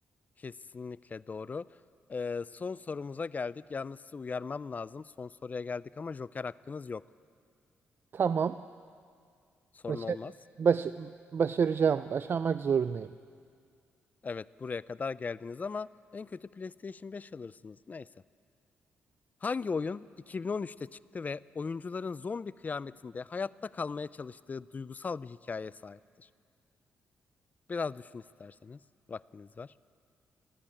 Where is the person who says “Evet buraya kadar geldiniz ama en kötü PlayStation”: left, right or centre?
Left